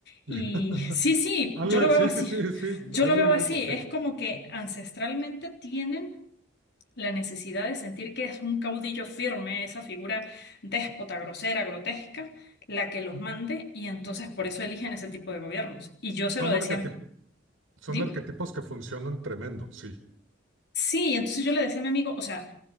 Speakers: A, on the left; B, on the right.
A: Y
B: <laughs>
A: sí, sí,
B: Algo,
A: yo lo
B: de-
A: veo
B: sí,
A: así,
B: sí, sí, sí,
A: yo
B: algo
A: lo veo
B: de
A: así,
B: eso, sí.
A: es como que ancestralmente tienen la necesidad de sentir que es un caudillo firme, esa figura déspota, grosera, grotesca, la que los mande y entonces por eso eligen ese tipo de gobiernos. Y yo se
B: Son
A: lo decía,
B: arquetip-
A: dime.
B: son arquetipos que funcionan tremendo, sí.
A: Sí, y entonces yo le decía a mi amigo, o sea,